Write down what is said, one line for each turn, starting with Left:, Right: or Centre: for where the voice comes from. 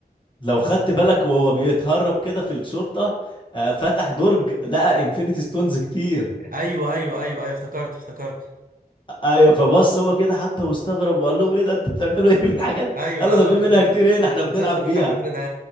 Left: لو خدت بالك وهو بيتهرب كده في الشرطه آه، فتح درج لقى انفينيتي ستونز كتير
Right: ايوه ايوه ايوه ايوه افتكرت افتكرت
Left: ايوه فبص هو كده حتى واستغرب وقال لهم ايه ده انتوا بتعملوا ايه بالحاجات دي؟
Right: ايوه
Left: قالوا
Right: لا
Left: ده
Right: لا
Left: في
Right: افتكرت
Left: منها كتير هنا احنا بنلعب
Right: مسلسل لوك
Left: بيها
Right: على فكرة ده